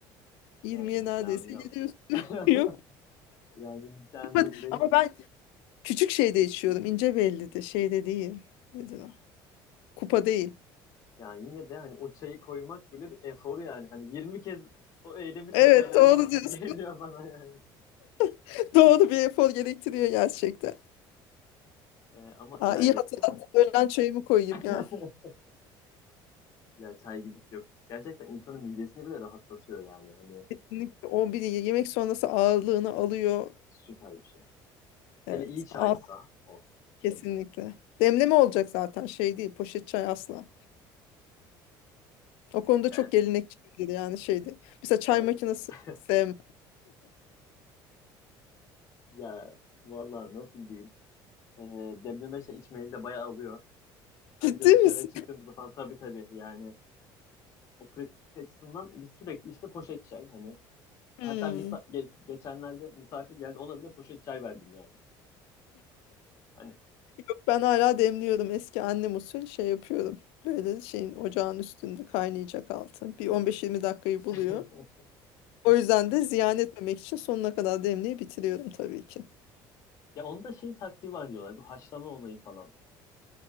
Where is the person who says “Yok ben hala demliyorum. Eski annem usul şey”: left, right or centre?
Left